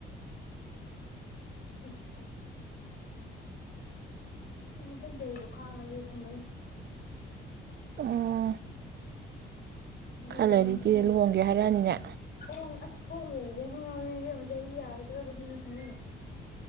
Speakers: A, on the left; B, on the right.
A: <unintelligible> ꯃꯊꯪ ꯆꯍꯤꯕꯧ ꯈꯥꯡꯉꯒꯦ ꯈꯟꯕ ꯑꯩꯅ
B: ꯎꯝ
A: ꯑꯩꯅ
B: ꯈꯔ
A: ꯔꯦꯟ
B: ꯂꯩꯔꯗꯤ ꯏꯆꯦ
A: ꯂꯩ
B: ꯂꯨꯍꯣꯡꯒꯦ ꯍꯥꯏꯔꯛꯑꯅꯤꯅꯦ
A: ꯍꯣꯡꯉꯦ ꯑꯁ ꯍꯣꯡꯕꯨ ꯍꯣꯡꯅꯤꯡꯉꯕꯅꯤ ꯏꯕꯦꯃꯥ ꯆꯍꯤꯖꯦ ꯌꯥꯔꯛꯇ꯭ꯔꯕꯅꯤꯅꯦꯍꯦ